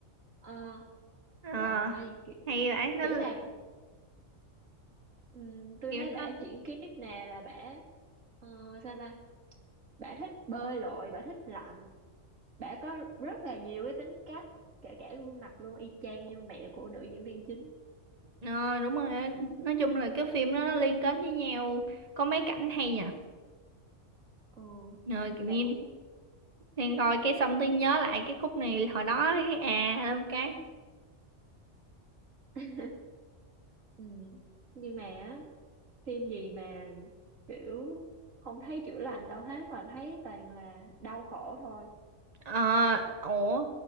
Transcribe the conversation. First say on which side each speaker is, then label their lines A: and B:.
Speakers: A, on the right; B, on the right.
A: ờ,
B: ờ
A: trời ơi, kiểu,
B: hay ấy nó
A: kiểu là ừm, tôi
B: kiểu
A: thấy bả
B: nó
A: chuyển kiếp nè là bả ờ, sao ta bả thích bơi lội bả thích lặn bả có rất là nhiều cái tính cách kể cả gương mặt luôn y chang như mẹ của nữ diễn viên chính
B: ờ đúng rồi á. nói chung là cái phim đó nó liên kết với nhau có mấy cảnh hay nhỉ
A: ồ
B: ờ kiểu
A: mẹ
B: như
A: cũng
B: đang coi cái xong tôi nhớ lại cái khúc này hồi đó cái à lên một cái
A: <laughs> ừm, nhưng mà á, phim gì mà kiểu không thấy chữa lành đâu hết mà thấy toàn là đau khổ thôi
B: Ờ, ủa